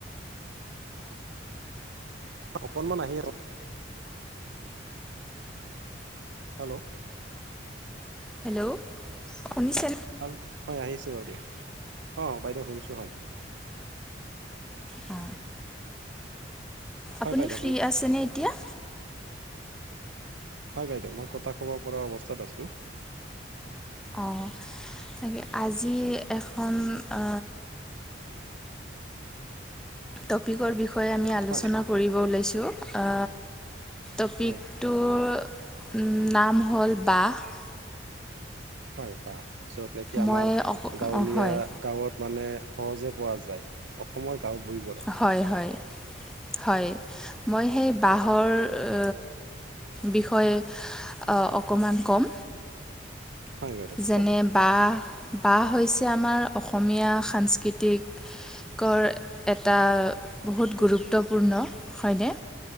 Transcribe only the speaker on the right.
অকণমান আহে হেল্ল'
হেল্ল' হয় আহিছে অকে অ' বাইদেউ শুনিছো হয়
হয়
বাইদেউ
শুনিছো
হয় বাইদেউ মই কথা ক'ব পৰা অৱস্থাত আছো।
হয়
হয়
হয় বাঁহ য'ত নেকি আমাৰ
গাঁৱলীয়া
গাঁৱত মানে সহজে পোৱা যায়, অসমৰ গাঁও ভুমিবোৰত।
হয় বাইদেউ
কওক